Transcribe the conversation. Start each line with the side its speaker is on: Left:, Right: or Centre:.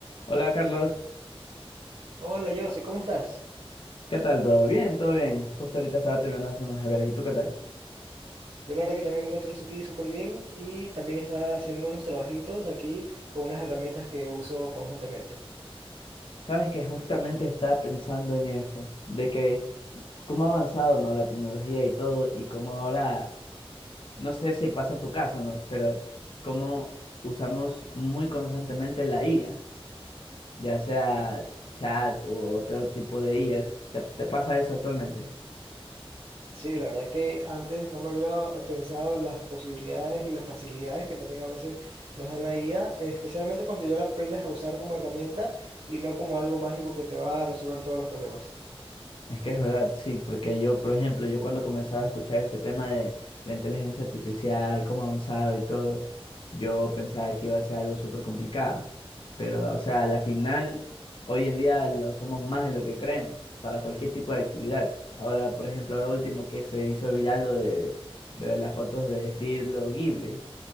Left: Hola Carlos,
Right: Hola, Jose, ¿cómo estás?
Left: ¿qué tal? ¿Todo bien? ¿Todo bien? Justo ahorita estaba terminando de hacer unos deberes. ¿Y tú qué tal?
Right: Yo la verdad que también me encuentro aquí súper bien y también estaba haciendo unos trabajitos aquí con unas herramientas que uso constantemente.
Left: Sabes que justamente estaba pensando en eso, de que cómo ha avanzado, ¿no? La tecnología y todo, y cómo ahora, no sé si pasa en tu caso, ¿no? Pero cómo usamos muy constantemente la IA, ya sea chat o otro tipo de IAs. ¿Te, te pasa eso actualmente?
Right: Sí, la verdad que antes no me hubiera eh, pensado las posibilidades y las facilidades que también a veces nos dan la IA, eh, especialmente cuando ya la aprendes a usar como herramienta y no como algo mágico que te va a resolver todos los problemas.
Left: Es que es verdad, sí, porque yo, por ejemplo, yo cuando comenzaba a escuchar este tema de la inteligencia artificial, cómo avanzaba y todo, yo pensaba que iba a ser algo súper complicado. Pero, o sea, a la final, hoy en día la usamos más de lo que creemos, para cualquier tipo de actividad. Ahora, por ejemplo, ahora último que se hizo viral lo de, lo de las fotos de estilo Ghibli.